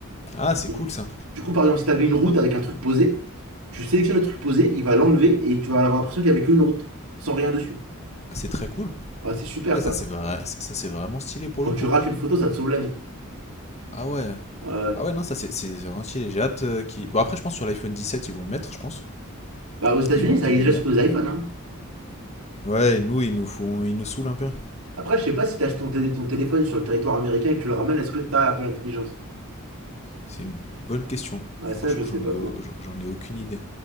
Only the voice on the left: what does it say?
Ah, c'est
cool
ça.
Ah, c'est très cool.
Ah ouais,
ça c'est vrai, ça c'est vraiment stylé pour
le
coup.
Ah ouais.
Ah ouais, non, ça c'est c'est vraiment stylé. J'ai hâte euh, qu'ils- Bon, après, je pense sur l'iPhone 17 ils vont le mettre, je pense.
Ils vont intégrer
l'IA.
Ouais, et nous, ils nous font... ils nous saoulent un peu.
C'est une bonne question.
Franchement,
j'en
ai,
au- j'en ai aucune idée.